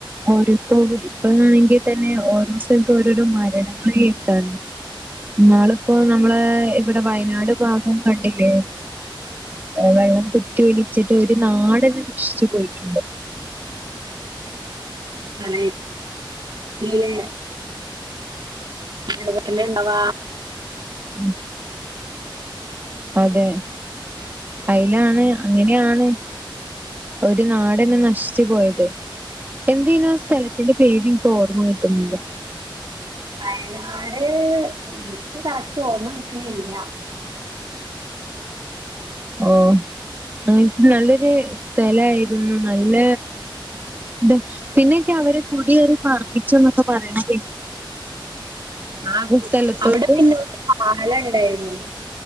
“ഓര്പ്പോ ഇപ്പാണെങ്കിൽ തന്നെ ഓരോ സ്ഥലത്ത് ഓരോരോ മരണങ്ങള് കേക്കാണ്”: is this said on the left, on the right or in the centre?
Right